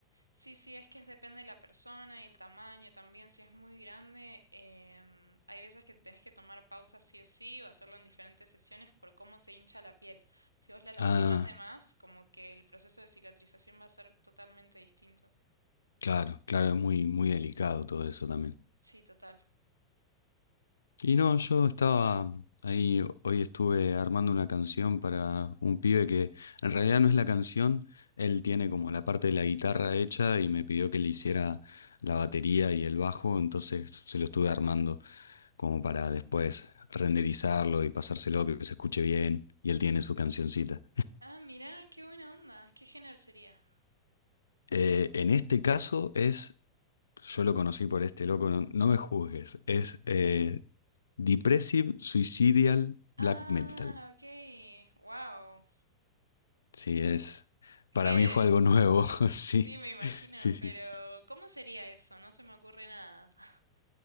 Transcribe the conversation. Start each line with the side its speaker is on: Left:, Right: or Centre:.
Right: Sí, sí, es que depende de la persona y el tamaño también. Si es muy grande, em, hay veces que tenés que tomar pausas sí o sí o hacerlo en diferentes sesiones por cómo se hincha la piel. Si vos la lastimás
Left: Ah,
Right: de más, como que el proceso de cicatrización va a ser totalmente distinto.
Left: claro, claro, es muy, muy delicado todo eso también.
Right: Sí, total.
Left: Y no, yo estaba ahí, hoy estuve armando una canción para un pibe que en realidad no es la canción, él tiene como la parte de la guitarra hecha y me pidió que le hiciera la batería y el bajo, entonces se lo estuve armando como para después renderizarlo y pasárselo, que se escuche bien, y él tiene su cancioncita.
Right: Ah, mirá, qué buena onda. ¿Qué género sería?
Left: Eh, en este caso es, yo lo conocí por este loco, no, no me juzgues, es eh, Depressive Suicidal
Right: Ah,
Left: Black Metal.
Right: ok. Wow.
Left: Sí, es.
Right: Gede.
Left: Para mí fue algo nuevo, <laughs> sí,
Right: Sí, me imagino,
Left: sí, sí.
Right: pero ¿cómo sería eso? No se me ocurre nada. <laughs>